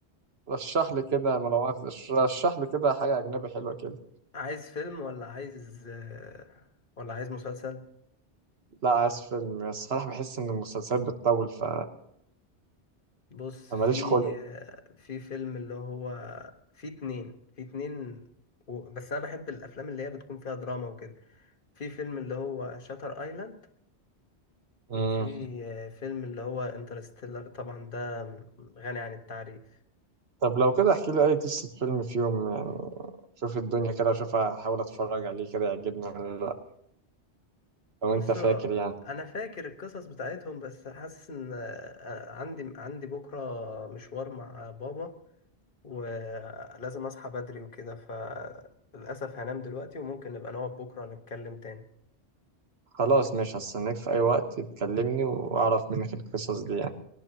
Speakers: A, on the right; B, on the left.
A: رشح لي كده ما لو رشح لي كده حاجه اجنبي حلوه كده
B: عايز فيلم ولا عايز آه، ولا عايز مسلسل
A: لا عايز فيلم الصراحه بحس ان المسلسلات بتطول ف
B: بص
A: ماليش
B: في
A: خلق
B: في فيلم اللي هو في اتنين في اتنين و... بس انا بحب الافلام اللي هي بتكون فيها دراما وكده في فيلم اللي هو شاتر ايلاند
A: مم.
B: وفي فيلم اللي هو انترستيلر طبعا ده غني عن التعريف
A: طب لو كده احكي لي اي قصه فيلم في يوم يعني شوف الدنيا كده اشوف احاول اتفرج عليه كده يعجبني ولا لا. لو
B: بص
A: انت فاكر يعني
B: انا فاكر القصص بتاعتهم بس حاسس ان آه، عندي عندي بكره مشوار مع بابا ولازم اصحى بدري وكده فللاسف هنام دلوقتي وممكن نبقى نقعد بكره نتكلم تاني
A: خلاص ماشي هستناك في اي وقت تكلمني واعرف منك القصص دي يعني